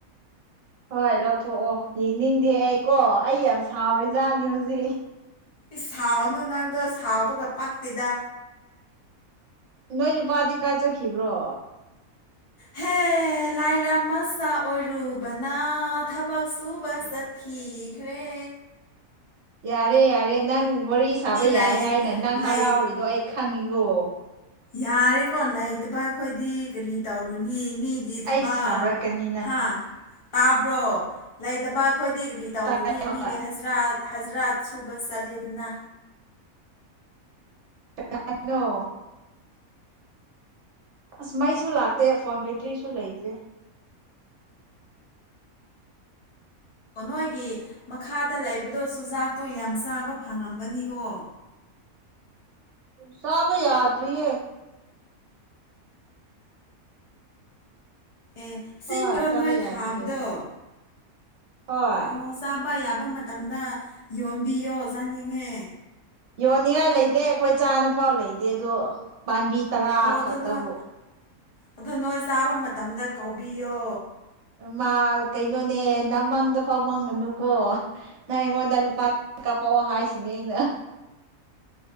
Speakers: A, on the right (about 55°); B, on the left (about 45°).
A: ꯍꯣꯏ ꯂꯧꯊꯣꯛꯑꯣ ꯌꯦꯡꯅꯤꯡꯗꯦ ꯑꯩ ꯀꯣ ꯑꯩ ꯌꯥꯝ ꯁꯥꯎꯔꯤꯖꯥꯠꯅꯤ ꯍꯧꯖꯤꯛ
B: ꯏꯁ ꯁꯥꯎꯅꯨ ꯅꯪꯗꯣ ꯁꯥꯎꯕꯒ ꯄꯥꯛꯇꯦꯗ
A: ꯅꯣꯏ ꯅꯨꯄꯥꯗꯤ ꯀꯥꯏ ꯆꯠꯈꯤꯕ꯭ꯔꯣ
B: ꯍꯦ ꯂꯥꯏꯔ ꯃꯆꯥ ꯑꯣꯏꯔꯨꯕꯅ ꯊꯕꯛ ꯁꯨꯕ ꯆꯠꯈꯤ ꯈ꯭ꯔꯦ
A: ꯌꯥꯔꯦ ꯌꯥꯔꯦ ꯅꯪ ꯋꯥꯔꯤ ꯁꯥꯕ ꯌꯥꯏ
B: ꯂꯩ
A: ꯍꯥꯏꯅ ꯅꯪ ꯍꯔꯥꯎꯔꯤꯗꯣ
B: ꯂꯩ
A: ꯑꯩ ꯈꯪꯉꯤꯒꯣ
B: ꯌꯥꯔꯦꯀꯣ ꯅꯩ ꯇꯕ ꯑꯩꯈꯣꯏꯗꯤ ꯀꯔꯤ ꯇꯧꯔꯨꯅꯤ ꯃꯤꯒꯤ ꯊꯕꯛ
A: ꯑꯩ ꯁꯥꯎꯔꯛꯀꯅꯤ ꯅꯪ
B: ꯍꯥ ꯇꯥꯕ꯭ꯔꯣ ꯂꯩꯇꯕ ꯑꯩꯈꯣꯏꯗꯤ ꯀꯔꯤ ꯇꯧꯔꯨꯅꯤ
A: ꯇꯥꯏ ꯍꯣꯏ
B: ꯃꯤ ꯍꯖꯔꯥꯠ ꯍꯖꯔꯥꯠ ꯁꯨꯕ ꯆꯠꯂꯦꯗꯅ
A: ꯀꯅꯥꯅꯣ ꯑꯁ ꯃꯩꯁꯨ ꯂꯥꯛꯇꯦ ꯐꯣꯟ ꯕꯦꯇ꯭ꯔꯤꯁꯨ ꯂꯩꯇ꯭ꯔꯦ
B: ꯑꯣ ꯅꯣꯏꯒꯤ ꯃꯈꯥꯗ ꯂꯩꯕꯗꯣ ꯆꯨꯖꯥꯛꯇꯣ ꯌꯥꯝ ꯆꯥꯕ ꯐꯪꯂꯝꯒꯅꯤꯀꯣ
A: ꯆꯥꯕ ꯌꯥꯗ꯭ꯔꯤꯌꯦ
B: ꯑꯦ ꯆꯤꯡꯗ꯭ꯔꯣ
A: ꯍꯣꯏ ꯆꯥꯕ
B: ꯅꯣꯏ
A: ꯌꯥꯗꯦ
B: ꯊꯥꯕꯗꯣ
A: ꯍꯣꯏ
B: ꯑꯣ ꯆꯥꯕ ꯌꯥꯕ ꯃꯇꯝꯗ ꯌꯣꯟꯕꯤꯌꯣ ꯆꯥꯅꯤꯡꯉꯦ
A: ꯌꯣꯟꯅꯤꯡꯉꯥꯏ ꯂꯩꯇꯦ ꯑꯩꯈꯣꯏ ꯆꯥꯅ ꯐꯥꯎ ꯂꯩꯇꯦ ꯑꯗꯣ ꯄꯥꯟꯕꯤ ꯇꯔꯥ
B: ꯑꯣ ꯑꯗꯨ
A: ꯈꯛꯇꯕꯨ
B: ꯅꯣꯏ ꯑꯗꯨ ꯅꯣꯏ ꯆꯥꯕ ꯃꯇꯝꯗ ꯀꯧꯕꯤꯌꯣ
A: ꯃꯥ ꯀꯩꯅꯣꯅꯦ ꯅꯃꯪꯗꯐꯥꯎ ꯃꯪꯒꯅꯨꯀꯣ ꯅꯪ ꯑꯩꯉꯣꯟꯗ ꯂꯨꯄꯥ ꯀꯥꯄꯛꯑꯣ ꯍꯥꯏꯁꯤꯅꯤ ꯑꯩꯅ